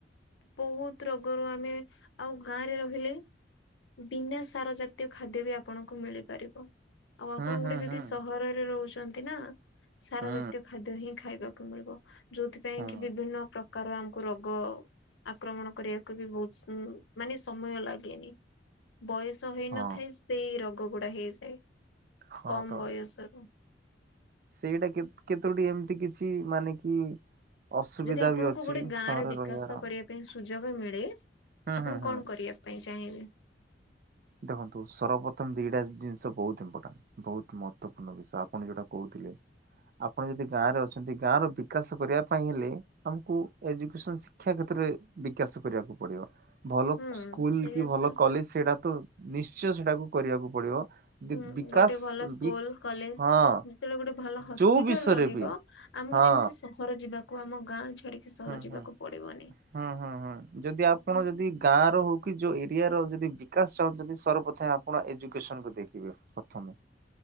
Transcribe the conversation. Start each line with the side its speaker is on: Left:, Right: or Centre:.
Left: ବହୁତ ରୋଗରୁ ଆମେ ଆଉ ଗାଁରେ ରହିଲେ ବିନା ସାର ଜାତୀୟ ଖାଦ୍ୟ ବି ଆପଣଙ୍କୁ ମିଳିପାରିବ। ଆଉ ଆପଣ
Right: ହୁଁ ହୁଁ
Left: ଗୋଟେ ଯଦି
Right: ହୁଁ
Left: ସହରରେ ରହୁଛନ୍ତି ନା, ସାର
Right: ହୁଁ
Left: ଜାତୀୟ ଖାଦ୍ୟ ହିଁ ଖାଇବାକୁ ମିଳିବ। ଯୋଉଥି ପାଇଁକି
Right: ହୁଁ
Left: ବିଭିନ୍ନ ପ୍ରକାର ଆମକୁ ରୋଗ ଗ ଆକ୍ରମଣ କରିବାକୁ ବି ବହୁତ ମାନେ ସମୟ ଲାଗେନି। ବୟସ ହେଇନଥାଏ
Right: ହଁ
Left: ସେଇ ରୋଗ ଗୁଡା ହେଇଯାଏ
Right: ହଁ
Left: କମ୍
Right: ତ
Left: ବୟସରୁ।
Right: ସେଇଟା କେତୋଟି ଏମିତି କିଛି ମାନେ କି? ଅସୁବିଧା
Left: ଯଦି ଆପଣଙ୍କୁ
Right: ବି ଅଛି
Left: ଗୋଟେ ଗାଁ
Right: ସହରରେ
Left: ର ବିକାଶ
Right: ରହିବାର
Left: କରିବା ପାଇଁ ସୁ ସୁଯୋଗ ମିଳେ
Right: ହୁଁ
Left: ଆପଣ
Right: ହୁଁ ହୁଁ
Left: କଣ କରିବା ପାଇଁ ଚାହିଁବେ?
Right: ଦେଖନ୍ତୁ ସର୍ବପ୍ରଥମ ଦିଟା ଜିନିଷ ବହୁତ ଇପୋର୍ଟାଣ୍ଟ ବହୁତ ମ ଗୁରୁତ୍ୱପୂର୍ଣ୍ଣ ବିଷୟ ଆପଣ ଯୋଉଟା କହୁଥିଲେ। ଆପଣ ଯଦି ଗାଁ ରେ ଅଛନ୍ତି ଗାଁ ର ବିକାଶ କରିବା ପାଇଁ ହେଲେ ଆମକୁ ଏଜୁକସନ ଶିକ୍ଷା କ୍ଷେତ୍ର ବିକାଶ କରିବାକୁ ପଡିବ ଭଲ
Left: ହୁଁ
Right: ସ୍କୁଲ
Left: ସେଇ
Right: କି
Left: ଜିନିଷ
Right: ଭଲ କଲେଜ ସେଇଟା ତ ନିଶ୍ଚୟ ସେଟାକୁ କରିବାକୁ ପଡିବ। ଦି
Left: ହୁଁ
Right: ବିକାଶ
Left: ଗୋଟେ ଭଲ ସ୍କୁଲ
Right: ବି
Left: କଲେଜ
Right: ହଁ
Left: ଯେତେବେଳେ ଗୋଟେ ଭଲ ହସ୍ପିଟାଲ
Right: ଯୋଉ ବିଷୟରେ
Left: ରହିବ
Right: ବି
Left: ଆମକୁ
Right: ହଁ
Left: ଯେମିତି ସହର ଯିବାକୁ ଆମ ଗାଁ ଛାଡିକି ସହର
Right: ହୁଁ
Left: ଯିବାକୁ
Right: ହୁଁ
Left: ପଡିବନି।
Right: ହୁଁ ହୁଁ ହୁଁ ଯଦି ଆପଣ
Left: ହୁଁ
Right: ଯଦି ଗାଁ ର ହଉ କି ଯୋଉ ଏରିଆ ର ଯଦି ବିକାଶ ଚାହୁଁଛନ୍ତି ସର୍ବପ୍ରଥମେ ଆପଣ ଏଜୁକସନ କୁ ଦେଖିବେ ପ୍ରଥମେ